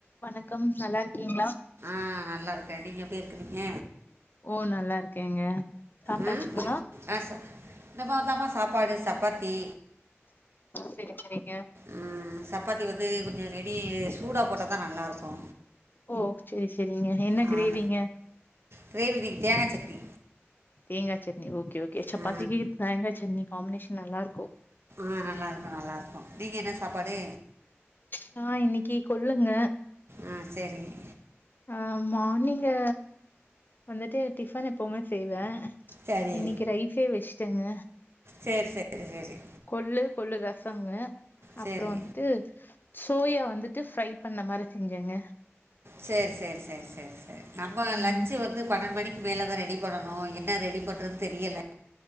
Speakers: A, on the left; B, on the right.
A: வணக்கம் நல்லா இருக்கீங்களா?
B: ஆ நல்லருக்கே நீங்க எப்டி இருக்கிறீங்க
A: ஓ நல்லா இருக்கேங்க சாப்ட்டாச்சுங்களா
B: ம் புரி ஆ சா இந்த மாதாம்மா சாப்பாடு சப்பாத்தி
A: செரி செரிங்க
B: ம் சப்பாத்தி வந்து கொஞ்சம் ரெடி சூடா போட்டால் தா நல்லாயிருக்கு
A: ஓ செரி சேரிங்க என்ன
B: ஆ,
A: கிரேவிங்க
B: கிரேவி இன்னிக்கி தேங்கா சட்னி
A: தேங்கா சட்னி ஓகே ஓகே சாபாத்தீக்கே
B: ஆ
A: தேங்கா சட்னி காம்பினேஷன் நல்லா இருக்கோ
B: ஆ நல்லாயிருக்கோ நல்லாயிருக்கோ நீங்க என்ன சாப்பாடு
A: நா இன்னிக்கு கொல்லுங்க
B: ஆ சேரிங்க
A: ஆ மார்னிங்கே வந்துட்டு டிஃபன் எப்பவுமே செய்வே
B: சரி
A: இன்னிக்கு ரைசே வச்சுட்டங்க
B: சரி சரி சரி
A: கொள்ளு கொல்லு ரசங்க
B: சரி
A: அப்றோம் ட்டு சோயா வந்துட்டு ஃப்ரை பண்ண மாரி செஞ்சங்க
B: சேர் சேர் சேர் சேர் நம்மோ
A: ம்
B: லஞ்சு வந் து பன்னெண் மணிக் மேல தா ரெடி பண்ணனு என்ன ரெடி பண்றது தெரியல